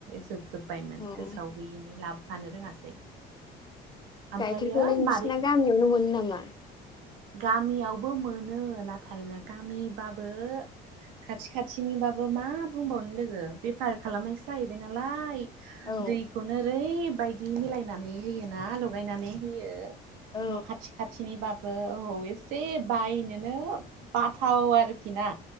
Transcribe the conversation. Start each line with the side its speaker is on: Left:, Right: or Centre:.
Right: जोबजोबबायमोन
Left: औ
Right: गोसोआव गैयिनि लाबोफानो रोङासै ओमफ्रायो
Left: गाइखेरखौलाय नोंसिना
Right: मारै
Left: गामियावनो मोनो नामा
Right: गामियावबो मोनो नाथाय ना गामिबाबो खाथि खाथिनिबाबो मा बुंबावनो लोगो बेफार खालामनायसो जायो <unintelligible> नालाय
Left: औ
Right: दैखौ ओरैबायदि मिलायनानै होयोना लगायनानै होयो
Left: औ
Right: न' खाथि खा थिनिबाबो औ एसे बायनोनो बाथाव आरोखि ना